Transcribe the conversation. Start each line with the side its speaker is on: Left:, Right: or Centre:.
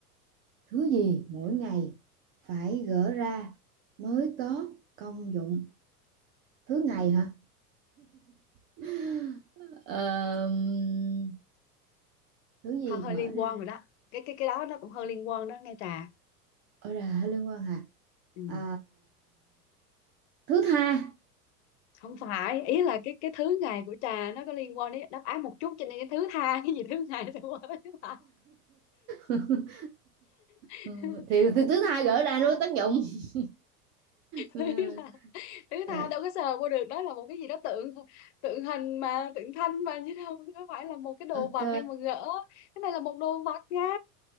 Right: thứ gì mỗi ngày phải gỡ ra mới có công dụng thứ ngày hả <laughs> Ờm, thứ gì
Left: Hơi hơi
Right: mở
Left: liên
Right: ra
Left: quan rồi đó. Cái cái cái đó nó cũng hơi liên quan đó nghe Trà.
Right: ôi là liên quan hả
Left: Ừ.
Right: à, thứ tha
Left: Không phải, ý là cái cái thứ ngày của Trà nó có liên quan đến đáp án một chút cho nên cái thứ tha <laughs> cái gì thứ ngày thì qua thứ tha.
Right: <laughs>
Left: <laughs>
Right: Ừ, thì, thì thứ tha gỡ ra nó có tác dụng <laughs> Ừ.
Left: Thứ là thứ
Right: Ờ,
Left: tha đâu có sờ qua được, đó là một cái gì đó tượng tượng hình mà tượng thanh mà chứ đâu có phải là một cái đồ
Right: ok
Left: vật đi mà gỡ. Cái này là một đồ vật nha.